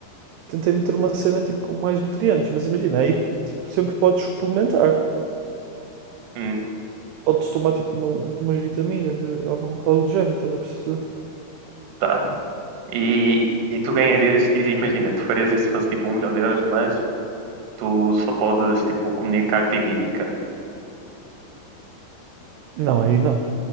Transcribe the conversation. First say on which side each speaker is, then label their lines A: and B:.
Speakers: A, on the right; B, on the right.
A: Tentei meter uma cena tipo com mais nutrientes, mas imagina, aí tipo, sempre podes suplementar.
B: Hum,
A: Podes tomar tipo uma- umas vitaminas, eh, algum, algo do género, estás a perceber?
B: tá. E, e tu ganharias, e imagina, tu farias isso se fosse tipo um milhão de euros, mas tu só podes, tipo, comunicar-te em mímica.
A: Não, aí não.